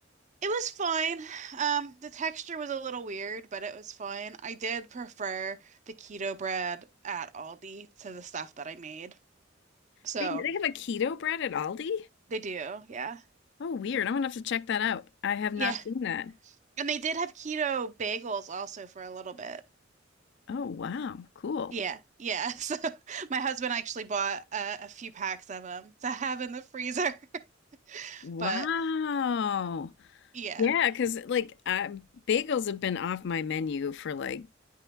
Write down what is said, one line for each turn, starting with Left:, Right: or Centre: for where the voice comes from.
Right: It was fine. Um, the texture was a little weird, but it was fine. I did prefer the keto bread at Aldi to the stuff that I made. So
Left: They, they have a keto bread at Aldi?
Right: they do, yeah.
Left: Oh, weird. I'm gonna have to check that out. I have not
Right: Yeah.
Left: seen that.
Right: And they did have keto bagels also for a little bit.
Left: Oh, wow. Cool.
Right: Yeah. Yeah. <laughs> So my husband actually bought a, a few packs of them to have in the freezer. <laughs>
Left: Wow.
Right: But yeah.
Left: Yeah, because like, I bagels have been off my menu for, like,